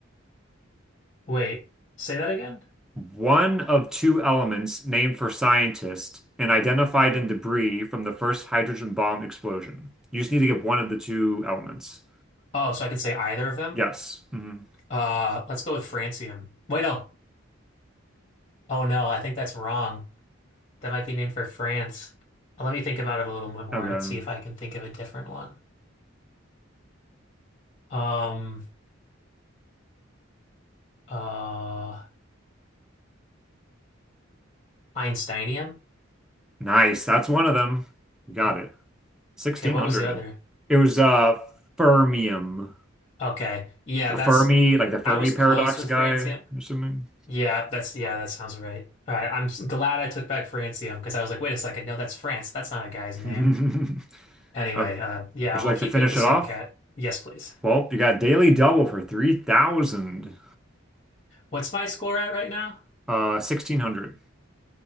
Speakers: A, on the left (about 35°); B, in the centre.
A: Wait, say that again?
B: One of two elements named for scientists and identified in debris from the first hydrogen bomb explosion. You just need to give one of the two elements.
A: Oh, so I can say either of them?
B: Yes. hmm
A: Uh, let's go with francium. Wait, no. Oh no, I think that's wrong. That might be named for France. Uh, Let me think about it a little bit more
B: Okay.
A: and see if I can think of a different one. Um, uh, Einsteinium?
B: Nice. That's one of them. Got it. 1600.
A: Okay, what was the other?
B: It was uh fermium.
A: Okay. Yeah,
B: So
A: that's
B: Fermi, like the Fermi
A: I was
B: paradox
A: close with
B: guy,
A: francium.
B: I'm assuming.
A: Yeah, that's yeah, that sounds right. All right, I'm s- glad I took back Francium because I was like, wait a second, no, that's France. That's not a guy's name.
B: <laughs>
A: Anyway,
B: Okay.
A: uh, yeah,
B: Would
A: we'll
B: you like
A: keep
B: to finish
A: it the same
B: it off?
A: cat. Yes, please.
B: Well, you got daily double for 3,000.
A: What's my score at right now?
B: Uh, 1,600.